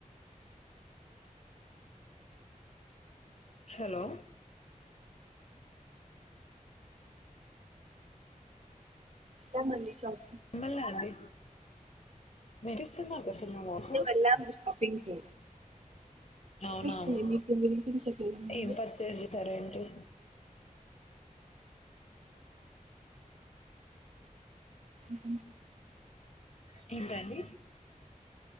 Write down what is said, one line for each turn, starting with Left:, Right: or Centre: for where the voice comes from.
Left: హలో
Right: ఇ మళ్ళ చ
Left: మిమాల్నాండి మెడిసిన్ కోసం
Right: వెళ్ళాము షాపింగ్ కి
Left: అవునావును
Right: వినిపిస్తుంది మీకు వినిపించట్లేదా నా
Left: ఏం
Right: వాయిస్
Left: పచ్చేజ చేసార ఏంటి
Right: అ
Left: తీపే అంది